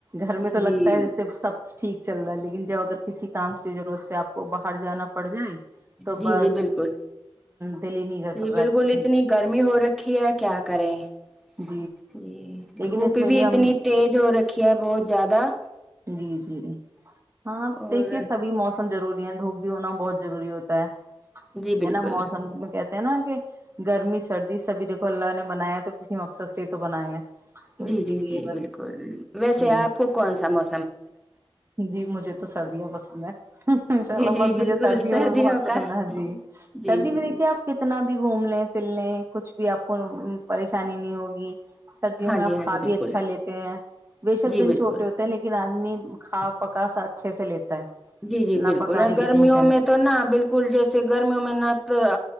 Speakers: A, on the right (about 25°); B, in the centre.
A: گھر میں تو
B: جی
A: لگتا ہے جیسے سب ٹھیک چل رہا ہے لیکن جب اگر کسی کام سے ضرورت سے آپ کو باہر جانا پڑ جائے تو
B: جی
A: بس
B: جی بالکل <inaudible> بالکل
A: دل ہی نہیں کر
B: جی
A: رہا
B: بالکل
A: کہ کہیں
B: اتنی
A: جائے
B: گرمی ہو رکھی ہے کیا کریں <inaudible>
A: جی
B: جی
A: لیکن
B: دھوپ
A: اس میں
B: بھی اتنی
A: ہم
B: تیز ہو رکھی ہے بہت زیادہ <inaudible>
A: جی جی ہاں
B: اور
A: دیکھیے سبھی موسم ضرور دھوپ بھی ہونا بہت ضروری ہوتا ہے
B: جی بالکل
A: ہے نا موسم میں کہ <inaudible> نا کہ گرمی سردی سبھی دیکھو اللہ نے بنایا تو کسی مقصد سے ہی تو بنایا ہے تو
B: جی
A: اسی
B: جی
A: لیے
B: جی
A: بس
B: بالکل ویسے
A: جی
B: آپ کو کون سا موس
A: جی مجھے تو سردیاں پسند ہیں ان شاء
B: جی
A: اللہ
B: جی
A: بس
B: بالکل
A: مجھے سردیوں میں بہت پسند
B: کا
A: ہے جی
B: جی
A: سردی
B: جی
A: میں
B: جی
A: دیکھیے آپ کتنا بھی گھوم لیں <inaudible> پلنے کچھ بھی آپ کو پریشانی نہیں ہوگی سردیوں
B: ہاں
A: میں آپ
B: جی
A: کھا
B: ہاں جی بالکل
A: بھی اچھا لیتے ہیں بےشک
B: جی
A: دن
B: بالکل
A: چھوٹے ہوتے ہیں لیکن آدمی کھا پکا سا اچھے سے لیتا ہے
B: جی جی
A: نہ
B: بالکل
A: پکانے
B: اور
A: کی
B: گرمیوں
A: ٹینشن
B: میں تو نہا بالکل جیسے گرمیوں میں نہ تو